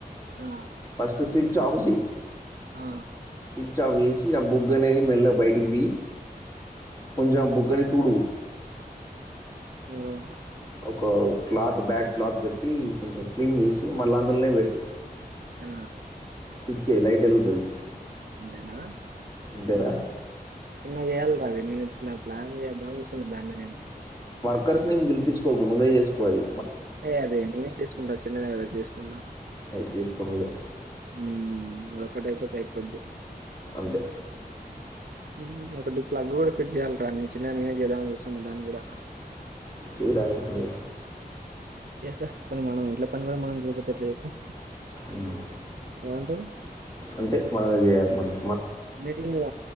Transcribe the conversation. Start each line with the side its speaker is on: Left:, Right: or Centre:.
Right: ఆ
Left: ఫస్ట్ సి చ్ ఆఫ్ చే
Right: ఆ
Left: స్చ్ ఆాఫ్ చేసి ఆ బుగ్గ అనేది మెల్ల బయటికి ది కొంచెం ఆ బుగ్గని తుడువు
Right: ఓనా
Left: ఒక క్లాత్ బ్యాట్ క్లాత్ పెట్టి కొంచెం క్లీన్ చేసి మళ్ళీ అందలోనే పెట్టు
Right: ఆ
Left: స్విచ్ ఏయ్ లైట్ ఎలుగతది
Right: ఇంతేనా
Left: ఇంటరా
Right: చిన్నగా యాల్రా ఇన్ని తెచ్చుకున్నారు ప్లాన్ చేద్దాం శుద్ధామలే నేను
Left: కుక్కర్స్నిి ఏం పిలిపించుకోకు నువ్వే చేసుకో కోవాలి
Right: ఏయ్ అది నేనే చేసుకుంటా చిన్నదేగా చేసుకుంటా
Left: తీసుకోనిలే
Right: మ్మ్ అ ఒకటి అయితే అయిపోద్ది
Left: అంతే
Right: మ్మ్ ఒకటి ప్లగ్ కూడా ఫిట్ చేయ్యాలరా నేను చిన్నగనే చేద్దామని చూస్తున్నా దాన్ని కూడా
Left: తీ రాద్ లే
Right: చేస్తా కొన్ని మనం ఇంట్లో పని కూడా మనం చేయక పోతే ఎట్లా చెప్పు
Left: మ్మ్
Right: ఏమంటవు?
Left: అంతే మనం చేయాల్సిన్
Right: అన్నిటి మీద